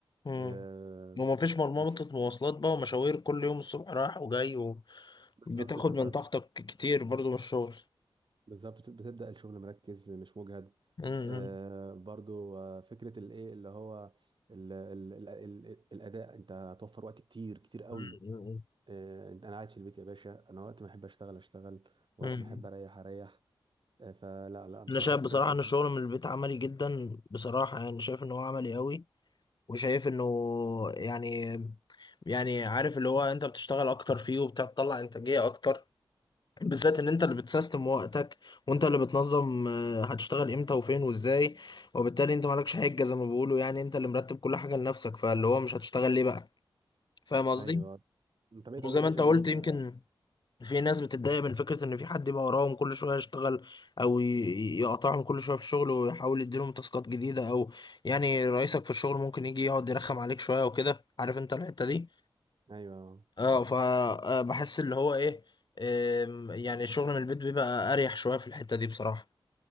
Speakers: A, on the left; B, on the right.
A: امم
B: آه
A: ومفيش مرمطة
B: مش
A: مواصلات بقى ومشاوير كل يوم الصبح رايح وجاي
B: بالظبط
A: بتاخد
B: فانت
A: من طاقتك كتير برضو من الشغل
B: بالظبط بت- بتبدأ الشغل مركز مش مجهد
A: مم.
B: آه برضو آه فكرة الايه اللي هو ال ال ال ال الأداء انت هتوفر وقت كتير كتير قوي
A: مم.
B: آه انت انا قاعد في البيت يا باشا انا وقت ما احب اشتغل اشتغل وقت
A: مم.
B: ما احب اريح اريح آه فلا لا بصراحة
A: انا شايف
B: فكرة
A: بصراحه
B: كويسة
A: ان الشغل من البيت عملي جدا بصراحه يعني شايف ان هو عملي قوي وشايف انه يعني يعني عارف اللي هو انت بتشتغل اكتر فيه وبتطلع انتاجيه اكتر بالذات ان انت اللي بتسيستم وقتك وانت اللي بتنظم آه، هتشتغل امتى وفين وازاي وبالتالي انت مالكش حجه زي ما بيقولوا يعني انت اللي مرتب كل حاجه لنفسك فاللي هو مش هتشتغل ليه بقى فاهم قصدي
B: ايوه انت ايه طبيعة
A: وزي ما
B: الشغل
A: انت قلت
B: اللي انت
A: يمكن في ناس بتتضايق من فكرة إن في حد يبقى وراهم كل شوية يشتغل أو ي- يقطعهم كل شوية في الشغل ويحاول يديلهم تاسكات جديدة أو يعني رئيسك في الشغل ممكن يجي يقعد يرخم عليك شوية وكده عارف أنت الحتة دي
B: ايوه
A: أه فبحس اللي هو إيه آم، يعني الشغل من البيت بيبقى أريح شوية في الحتة دي بصراحة